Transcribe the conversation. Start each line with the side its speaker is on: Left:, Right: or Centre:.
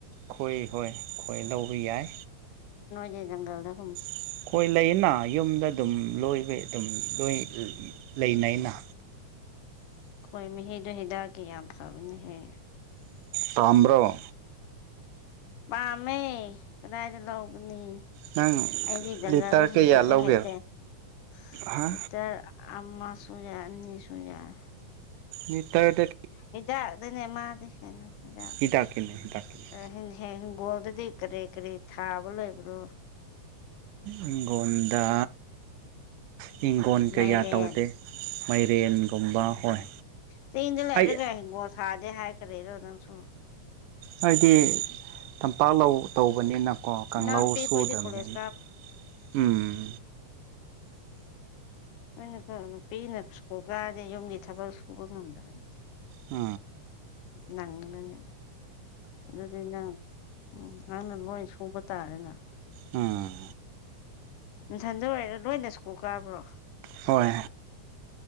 Right: ꯈꯣꯏ ꯍꯣꯏ ꯈꯣꯏ ꯂꯧꯕ ꯌꯥꯏ
Left: ꯒꯟꯒꯜꯗ
Right: ꯑꯩꯈꯣꯏ ꯂꯩꯅ ꯌꯨꯝꯗ ꯑꯗꯨꯝ ꯂꯣꯏꯕ ꯑꯗꯨꯝ ꯂꯣꯏ ꯂꯩꯅꯩꯅ
Left: ꯈꯣꯏ ꯃꯍꯤꯗꯣ ꯍꯤꯗꯥꯛꯀꯤ ꯌꯥꯝ ꯐꯕꯅꯦꯍꯦ
Right: ꯄꯥꯝꯕꯔꯣ
Left: ꯄꯝꯃꯦ ꯀꯗꯥꯏꯗꯤ ꯂꯧꯥꯎꯒꯅꯤ
Right: ꯅꯪ
Left: ꯑꯩꯗꯤ ꯖꯪꯒꯜꯗꯁꯨ
Right: ꯂꯤꯇꯔ ꯀꯌꯥ
Left: ꯊꯤꯕ
Right: ꯂꯧꯒꯦ
Left: ꯍꯩꯇꯦꯇ
Right: ꯍꯥ
Left: ꯑꯃꯝꯥꯁꯨ ꯌꯥꯏ ꯑꯅꯤꯁꯨ ꯌꯥꯏ
Right: ꯃꯤꯠꯇꯔꯗ
Left: ꯍꯗꯛꯗꯅꯦ ꯃꯥꯗꯤꯁꯅꯥꯛ ꯑ
Right: ꯍꯤꯗꯥꯛꯀꯤꯅꯦ ꯍꯤꯗꯥꯛꯀꯤꯅꯦ
Left: ꯍ ꯍ ꯍꯤꯡꯒꯣꯜꯗꯗꯤ ꯀꯔꯤ ꯀꯔꯤ ꯊꯥꯕ ꯂꯣꯏꯕ꯭ꯔꯣ
Right: ꯏꯪꯒꯣꯟꯗ ꯍꯪꯒꯣꯟ ꯀꯌꯥ
Left: ꯃꯥꯏꯔꯦꯟ
Right: ꯇꯧꯗꯦ ꯃꯥꯏꯔꯦꯟꯒꯨꯝꯕ ꯍꯣꯏ
Left: ꯆꯤꯡꯗ ꯂꯩꯔꯒ
Right: ꯑꯩ
Left: ꯍꯤꯡꯒꯣ ꯊꯥꯗꯦ ꯍꯥꯏ ꯀꯔꯦꯗꯣ ꯅꯪꯁꯨ
Right: ꯍꯥꯏꯗꯤ ꯇꯝꯄꯥꯛ ꯂꯧ ꯇꯧꯕꯅꯦꯅ ꯀꯣ ꯀꯥꯡꯧ
Left: ꯏꯅꯥꯎꯅꯨꯄꯤ
Right: ꯁꯨꯗꯕꯅꯤ
Left: ꯈꯣꯏꯗꯤ ꯀꯣꯂꯦꯖ
Right: ꯑꯅꯦ ꯎꯝ
Left: ꯑ ꯅꯅ ꯅꯨꯄꯤꯅ ꯁ ꯀꯥꯗꯤ ꯌꯨꯝꯒꯤ ꯊꯕꯛ ꯁꯨꯕ ꯉꯝꯗꯕꯅꯤ
Right: ꯑ
Left: ꯅꯪꯉꯅꯅꯦ ꯑꯗꯨꯅ ꯎꯝ ꯅꯪꯅ ꯂꯣꯏ ꯁꯨꯕ ꯇꯥꯔꯦꯅꯦ
Right: ꯎꯝ
Left: ꯏꯊꯟꯗ ꯑꯣꯏꯔ ꯅꯣꯏꯅ ꯁ꯭ꯀꯨꯜ ꯀꯥꯕ꯭ꯔꯣ
Right: ꯍꯣꯏ